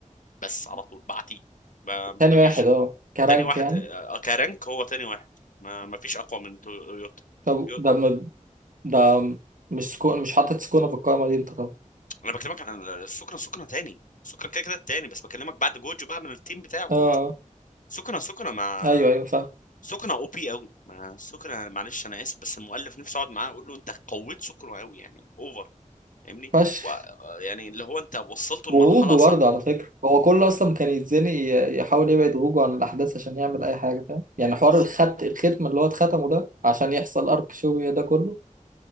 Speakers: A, on the left; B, on the right.
A: بس على طول بعديه ما ما
B: تاني
A: فيش
B: واحد اه كرانك
A: تاني واحد
B: يعني
A: آه، كرانك هو تاني واحد ما ما فيش اقوى من تو- يوتا
B: طب
A: يو-
B: ده م... ده مش سكو... مش حاطط سكونة في القائمة دي انت طبعا
A: انا بكلمك عن السكنة سكنة تاني سكنة كده كده تاني بس بكلمك بعد جوجو بقى من التيم بتاع جوجو
B: اه آه.
A: سكنة سكنة مع
B: ايوه ايوه فاهم
A: سكنة او بي قوي ما سكنة معلش انا اسف بس المؤلف نفسه اقعد معاه اقول له انت قويت سكنة قوي يعني اوفر فاهمني
B: فشخ
A: و... يعني اللي هو انت وصلته
B: وغوجو
A: لمرحله صعبه
B: برضه على فكرة هو كله أصلا كان يتزنق ي- يحاول يبعد غوجو عن الأحداث عشان يعمل أي حاجة فاهم يعني حوار
A: بالظبط
B: الخت الختم اللي هو اتختمه ده عشان يحصل أرك شوية ده كله